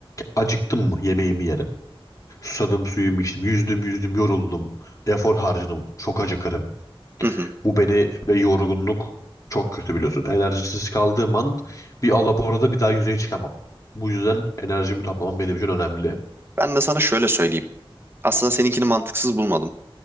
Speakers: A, on the left; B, on the right.
A: Acıktım mı yemeğimi yerim. Susadım suyumu içtim. Yüzdüm yüzdüm yoruldum. Efor harcadım. Çok acıkarım.
B: Hı hı.
A: Bu beni ve yorgunluk çok kötü biliyorsun. Enerjisiz kaldığım an bir alaborada bir daha yüzeye çıkamam. Bu yüzden enerjimi toplamam benim için önemli.
B: Ben de sana şöyle söyleyeyim. Aslında seninkini mantıksız bulmadım.